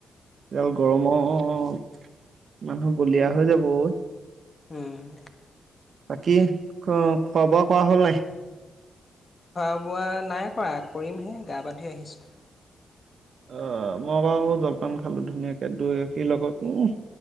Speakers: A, on the right; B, on the left.
A: এডাল গৰমত মানুহ বলিয়া হৈ যাব অ
B: উম
A: বাকী খ খোৱা বোৱা কৰা হল নাই
B: খোৱা বোৱা নাই কৰা কৰিমহে গা পা ধুই আহিছোঁ
A: অ মই বাৰু জলপান খালো ধুনীয়াকে দৈ গাখীৰ লগত উহ